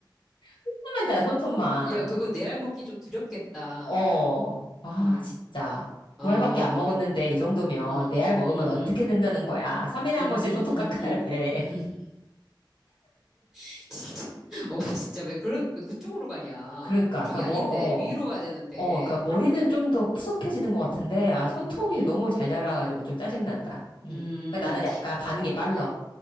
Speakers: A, on the left; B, in the centre.
A: <laughs> 손톱만 자라, 손톱만.
B: 야, 그거 내알 먹기 좀 두렵겠다.
A: 어, 아,
B: 어,
A: 진짜.
B: 어,
A: 두
B: 어,
A: 알밖에 안 먹었는데 이 정도면
B: 음,
A: 네 알 먹으면
B: 음.
A: 어떻게 된다는 거야. 3일에 한
B: 음,
A: 번씩
B: 음,
A: 소독
B: 음,
A: 깎아야
B: 음.
A: 돼.
B: <laughs> 진짜. 어, 진짜 왜 그 왜 그쪽으로 가냐?
A: 그러니까,
B: 그쪽이
A: 그 뭐,
B: 아닌데
A: 어,
B: 위로 가야 되는데.
A: 어, 그러니까 머리는 좀 더 푸석해지는 것 같은데, 아, 손톱이
B: 음.
A: 너무 잘 자라가지고 좀 짜증난다. 음.
B: 음.
A: 그 나는 약간 반응이 빨라.